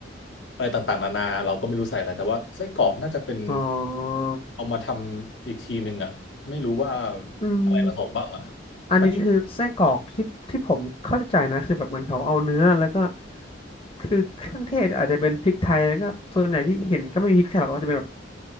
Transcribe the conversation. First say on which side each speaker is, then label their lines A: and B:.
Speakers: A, on the left (about 80°); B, on the left (about 30°).
A: อะไรต่างๆนานาเราก็ไม่รู้ใส่อะไรแต่ว่าไส้กรอกน่าจะเป็น
B: อ๋อ
A: เอามาทำอีกทีหนึ่งอ่ะไม่รู้ว่า
B: อืม
A: อะไรผสมบ้างอ่ะ
B: อันนี้คือไส้กรอกที่ที่ผมเข้าใจนะคือแบบเหมือนเขาเอาเนื้อแล้วก็
A: แป๊บ
B: คือเครื่องเทศอาจจะเป็นพริกไทยแล้วก็ส่วนใหญ่ที่เห็นก็ไม่มีพริกไทยหรอกก็จะเป็นแบบ